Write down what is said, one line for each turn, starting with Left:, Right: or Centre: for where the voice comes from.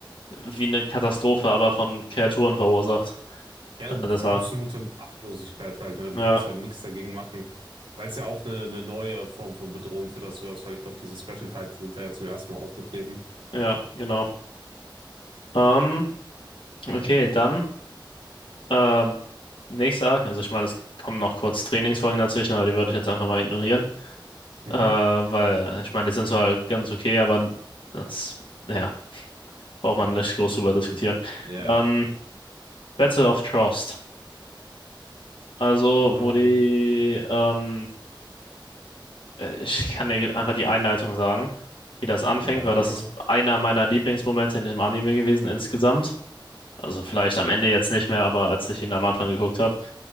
Left: wie eine Katastrophe, aber von Kreaturen verursacht.
Right: Ja,
Left: Also
Right: d-
Left: das war.
Right: absolute Machtlosigkeit halt, ne?
Left: Ja,
Right: Du konntest halt nichts dagegen machen. Weil es ja auch eine, eine neue Form von Bedrohung für das du hast, weil ich glaube, diese Special Tides sind da ja zum ersten Mal aufgetreten.
Left: ja, genau. Ähm, okay, dann ähm, nächster. Also ich meine, es kommen noch kurz Trainingsfolgen dazwischen, aber die würde ich jetzt einfach mal ignorieren.
Right: Mhm.
Left: Äh, weil ich meine, die sind zwar ganz okay, aber das, ja, braucht
Right: Ja.
Left: man nicht groß drüber diskutieren.
Right: Ja,
Left: Ähm,
Right: ich weiß.
Left: Battle of Trust. Also,
Right: Ah,
Left: wo die, ähm, ich kann dir einfach die Einleitung sagen, wie das anfängt,
Right: ja.
Left: weil das ist einer meiner Lieblingsmomente in dem Anime gewesen insgesamt. Also vielleicht am Ende jetzt nicht mehr, aber als ich ihn am Anfang geguckt habe,